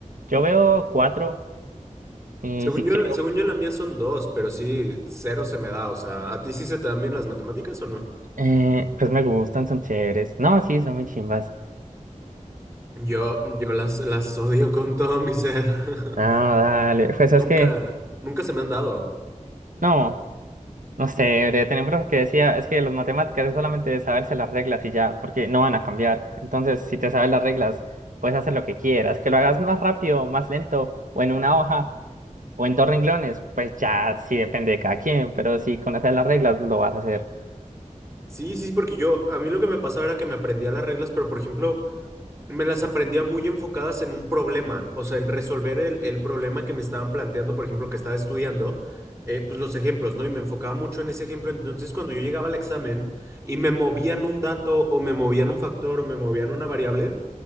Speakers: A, on the right; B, on the right.
A: Yo veo cuatro. Y
B: Según
A: si
B: yo,
A: quiero,
B: según yo la mía son dos, pero sí, cero se me da, o sea, ¿a ti sí se te dan bien las matemáticas o no?
A: eh, pues me gustan, son chéveres. No, sí, son muy chimbas.
B: Yo, yo las, las odio con todo mi ser. <laughs>
A: No, dale. Pues
B: Nunca,
A: es que.
B: nunca se me han dado.
A: No. No sé, breve, tenía un profe que decía, es que las matemáticas es solamente de saberse las reglas y ya, porque no van a cambiar. Entonces, si te sabes las reglas, puedes hacer lo que quieras, que lo hagas más rápido, más lento, o en una hoja, o en dos renglones, pues ya sí depende de cada quien, pero si conoces las reglas, lo vas a hacer.
B: Sí, sí, porque yo, a mí lo que me pasaba era que me aprendía las reglas, pero por ejemplo, me las aprendía muy enfocadas en un problema, o sea, en resolver el, el problema que me estaban planteando, por ejemplo, que estaba estudiando, eh, pues los ejemplos, ¿no? Y me enfocaba mucho en ese ejemplo. Entonces, cuando yo llegaba al examen y me movían un dato o me movían un factor o me movían una variable,